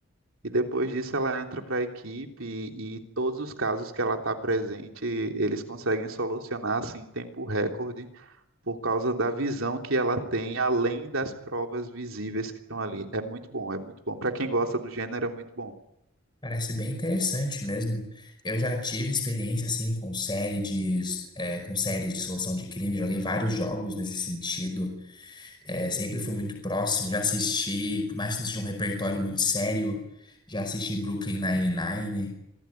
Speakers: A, on the right (about 75°); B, on the left (about 20°).
A: E depois disso ela entra para a equipe e, e todos os casos que ela está presente, eles conseguem solucionar assim, em tempo recorde por causa da visão que ela tem, além das provas visíveis que estão ali. É muito bom, é muito bom. Para quem gosta do gênero, é muito bom.
B: Parece bem interessante mesmo. Eu já tive experiência assim com série de, é, com séries de solução de crime, joguei vários jogos nesse sentido. É, sempre fui muito próximo, já assisti, por mais que não seja um repertório muito sério, já assisti Brooklyn Nine-Nine.